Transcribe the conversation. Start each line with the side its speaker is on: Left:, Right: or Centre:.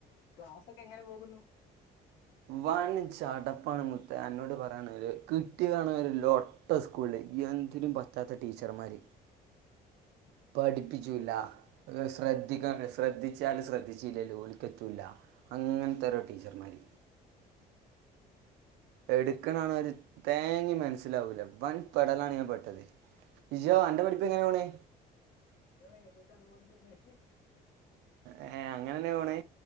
Left: ക്ലാസൊക്കെ എങ്ങനെ പോകുന്നു?
Right: വൻ ചടപ്പാണ് മുത്തെ. അന്നോട് പറയാണെങ്കില്. കിട്ടിയതാണേ ലൊട്ട സ്കൂളില് എന്തിനും പറ്റാത്ത ടീച്ചർമാര്. പഠിപ്പിച്ചൂല്ല, ശ്രദ്ധിക്ക ശ്രദ്ധിച്ചാലും ശ്രദ്ധിച്ചില്ലേലും ഓലിക്കെത്തൂല്ല. അങ്ങനത്തെ ഓരോ ടീച്ചർമാര്. എടുക്ക്ണാണേൽ തേങ്ങീം മനസ്സിലാവൂല വൻ പെടലാണ് ഞാൻ പെട്ടത്. ഇജോ അന്റെ പഠിപ്പ് എങ്ങനേ പോണെ?
Left: എന്റേം ഏകദേശം അതുപോലെ തന്നെ.
Right: ഏഹ് അങ്ങനെന്നാ പോണ്?